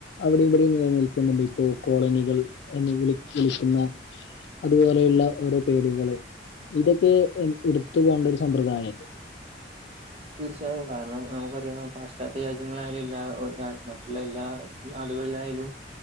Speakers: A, on the left; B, on the right.
A: അവിടെയും ഇവിടെയും നില നിൽക്കുന്നുണ്ട് ഇപ്പൊ കോളനികൾ എന്ന് വിളി വിളിക്കുന്ന അതുപോലെയുള്ള ഓരോ പേരുകള് ഇതൊക്കെ എ ഇട്ത്ത് പോണ്ട ഒര് സമ്പ്രദായല്ലേ?
B: തീർച്ചയായും കാരണം നമുക്കറിയാം പാശ്ചാത്യ രാജ്യങ്ങളായാലും എല്ലാ ഒ ര മറ്റുള്ള എല്ലാ നാടുകളിലായാലും